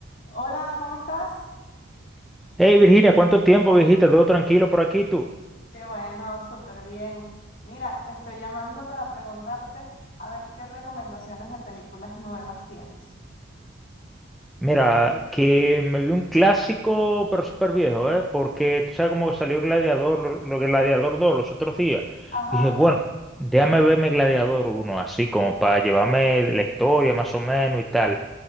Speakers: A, on the left; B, in the centre.
A: Hola, ¿cómo estás?
B: Hey Virginia, ¿cuánto tiempo, viejita? ¿Todo tranquilo por aquí tú?
A: Qué bueno, súper bien. Mira, te estoy llamando para preguntarte a ver qué recomendaciones de películas nuevas tienes.
B: Mira, que me vi un clásico, pero súper viejo, ¿eh? Porque tú sabes cómo salió Gladiador, lo, lo que Gladiador dos los otros días.
A: Ajá,
B: Y dije, bueno, déjame verme Gladiador uno, así como para llevarme la historia más o menos y tal.